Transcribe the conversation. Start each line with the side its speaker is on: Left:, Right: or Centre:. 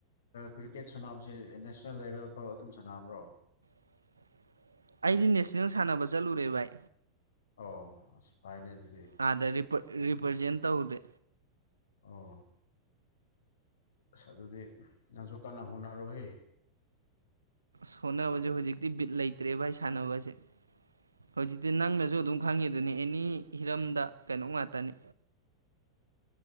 Left: ꯀ꯭ꯔꯤꯀꯦꯠ ꯁꯥꯟꯅꯕꯁꯦ ꯅꯦꯁꯅꯦꯜ ꯂꯦꯚꯦꯜ ꯐꯥꯎ ꯑꯗꯨꯝ ꯁꯥꯟꯅꯕ꯭ꯔꯣ
Right: <unintelligible> ꯑꯩꯗꯤ ꯅꯦꯁꯅꯦꯜ ꯁꯥꯟꯅꯕ ꯆꯠꯂꯨꯔꯦ ꯚꯥꯏ
Left: ꯑꯣ ꯀꯥꯏꯅꯦ ꯑꯗꯨ
Right: ꯑꯥꯗꯔꯤꯄ꯭ꯔꯦꯖ ꯇꯧꯗꯦ
Left: ꯑꯣ ꯁ ꯑꯗꯨꯗꯤ ꯅꯁꯨ ꯀꯥꯟꯅ ꯍꯨꯅꯔꯣꯍꯦ
Right: ꯁꯣꯅꯕꯁꯦ ꯍꯧꯖꯤꯛꯇꯤ ꯕꯤꯠ ꯂꯩꯇ꯭ꯔꯦ ꯚꯥꯏ ꯁꯥꯟꯅꯕꯁꯦ ꯍꯧꯖꯤꯛꯇꯤ ꯅꯪꯅꯁꯨ ꯑꯗꯨꯝ ꯈꯪꯉꯤꯗꯅꯤ ꯑꯦꯅꯤ ꯍꯤꯔꯝꯗ ꯀꯩꯅꯣꯝ ꯉꯥꯛꯇꯅꯤ